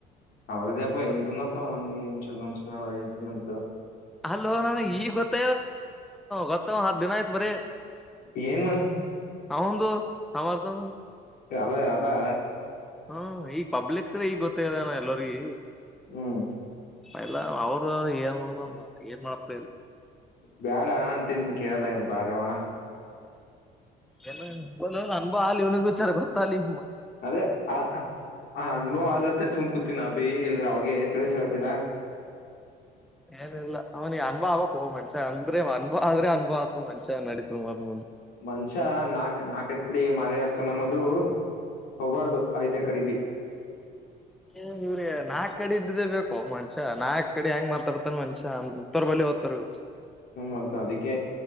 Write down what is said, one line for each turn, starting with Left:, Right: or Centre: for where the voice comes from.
Left: ಅವ್ರದೇ ಅಪ್ಪ ಎಏನುಕಂದಪ್ಪ ಒಂದು ಇನ್ಶೂರೆನ್ಸ್ ಅವ ಇನ್ಶೂರೆನ್ಸ್
Centre: ಅಲ್ಲ ನನ್ ಈಗ ಗೊತ್ತ ಗೊತ್ತ ಹಾ ಹಾ ಹತ್ ದಿನ ಆಯ್ತ್ ಬರಿೀ
Left: ಏನು
Centre: ಅವಂದು ಸಮರ್ಥದು
Left: ಅದೇ ಅದಾ
Centre: ಹಾ ಈಗ ಪಬ್ಲಿಕ್್ರ ಈಗ ಗೊತ್ತಾಗದಾನ ಎಲ್ಲರಿಗ
Left: ಹ್ಮ್
Centre: ಎಲ್ಲ ಅವರು ಏ ಏನ್ ಮಾಡಪ್ಪಾ ಇಲ್ಲ
Left: ಬ್ಯಾಡ ಅಂತನ್ನಿ ಕೇಳಲ್ಲ ಏನ್ ಬರವ
Centre: ಏ ಅನ್ಬಾ ಅಲಿ ಇವನಿಗಾ ವಿಚಾರ ಗೊತ್ತಾಲಲಿ
Left: ಅದೇ ಆ ಅನುಭವ ಅಲತ್ತ ಸುಂಕುತೀ ನ ಬಿ ಇಲ್ರ ಅವಗೆ ತಿಳ್ಸಿಹೇಳ್ತೀರಾ
Centre: ಏನಿಲ್ಲ ಅವ್ನ ಅನ್ಬಾವಕ್ ಹೋಗ್ ಮಂಶ ಅಂದ್ರೆ ಅನ್ ಆದ್ರೆ ಾತು ಮನಷಾ ನಡತ ಮರ್
Left: ಮನ್ಷ್ಯ ನಾಕ್ ನಾಕೈದ್ ಕಡಿ ಮಾರಿ ಹಾಕ್ತ ನಮ್ಮದು ಹೋಗಬಾರ್ದು ಐದೇ ಕಡಿ ಬಿ
Centre: ಏ ಇವ್ರಿಗೆ ನಾಲ್ಕ್ ಕಡೆ ಇದ್ದ್ದೇ ಬೇಕು ಮನುಷ ನಾಕಕ್ ಕಡೆ ಹೆಂಗ ಮಾತಾ ಬರ್ತಾನನ್ ಮನ್ಷ್ಯತ್ತರ್ ಬ <unintelligible>
Left: ಹ್ಮ್ ಮತ್ತ ಅದಿಕ್ಕೆ